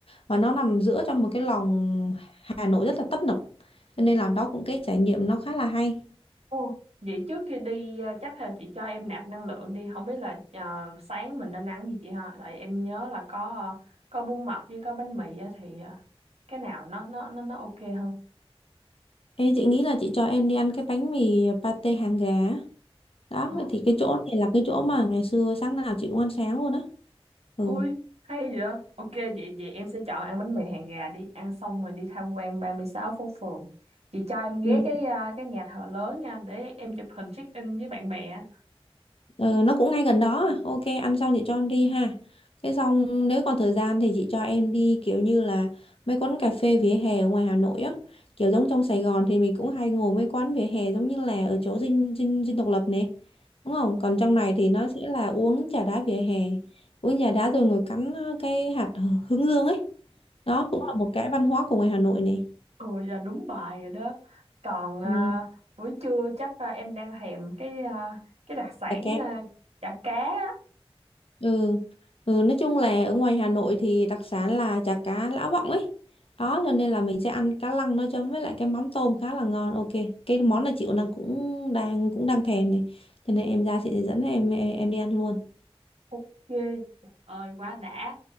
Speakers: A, on the left; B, on the right.
A: và nó nằm giữa trong một cái lòng Hà Nội rất là tấp nập cho nên là đó cũng cái trải nghiệm nó khá là hay
B: Ồ, vậy trước khi đi ờ, chắc là chị cho em nạp năng lượng đi không biết là ờ, sáng mình nên ăn gì chị ha tại em nhớ là có ờ, có bún mập với có bánh mì á, thì ờ, cái nào nó nó nó nó ok hơn
A: Ê, chị nghĩ là chị cho em đi ăn cái bánh mì pate hàng gà á. đó
B: Ờ,
A: thì cái chỗ này là cái chỗ mà ngày xưa sáng nào chị cũng ăn sáng luôn á ừ
B: ôi hay vậy ok vậy vậy em sẽ chọn ăn bánh mì hàng gà đi ăn xong rồi đi tham quan ba mươi sáu phố phường chị cho em ghé
A: Ừ.
B: cái ờ, cái nhà thờ lớn nha để em chụp hình check in với bạn bè
A: Ừ, nó cũng ngay gần đó à. Ok, ăn xong chị cho em đi ha. Cái xong nếu còn thời gian thì chị cho em đi kiểu như là mấy quán cà phê vỉa hè ở ngoài Hà Nội á. Kiểu giống trong Sài Gòn thì mình cũng hay ngồi mấy quán vỉa hè giống như là ở chỗ Dinh Dinh Dinh Độc Lập này. Đúng không? Còn trong này thì nó sẽ là uống trà đá vỉa hè. Uống trà đá rồi ngồi cắn ờ, cái hạt hướng dương ấy. Đó cũng là một cái văn hóa của ngoài Hà Nội này.
B: Ừ vậy là đúng bài rồi đó. Còn à,
A: Ừ.
B: buổi trưa chắc à, em đang thèm cái à, cái đặc sản
A: Chả cá.
B: à, chả cá. á.
A: ừ. ừ nói chung là ở ngoài Hà Nội thì đặc sản là chả cá Lã Vọng ấy đó cho nên là mình sẽ ăn cá lăng nó chấm với lại cái mắm tôm khá là ngon ok cái món này chị cũng đang cũng đang cũng đang thèm này cho nên em ra chị sẽ dẫn em, em em đi ăn luôn
B: Ok, trời ơi quá đã.